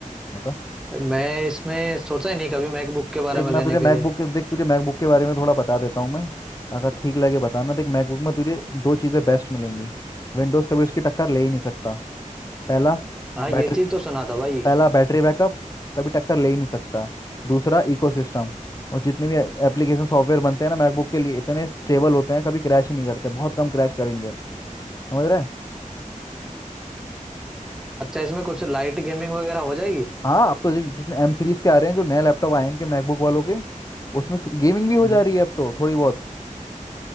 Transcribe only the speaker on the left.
बता
देख
मैं
तुझे मैकबुक
के- देख तुझे मैकबुक के बारे में थोड़ा बता देता हूँ मैं अगर ठीक लगे बताना देख मैकबुक में तुझे दो चीज़ें बेस्ट मिलेंगी विंडोज़ कभी उसकी टक्कर ले ही नहीं सकता पहला
बैटरी
पहला बैटरी बैकअप कभी टक्कर ले ही नहीं सकता दूसरा इकोसिस्टम और जितने भी एप्लीकेशन सॉफ्टवेयर बनते हैं ना मैकबुक के लिए इतने स्टेबल होते हैं कभी क्रैश ही नहीं करते बहुत कम क्रैश करेंगे समझ रहे हैं
हाँ अब तो जि- जितने एम सीरीज के आ रहे हैं जो नए लैपटॉप आए हैं इनके मैकबुक वालों के उसमें गेमिंग भी हो
जा रही है अब तो थोड़ी बहुत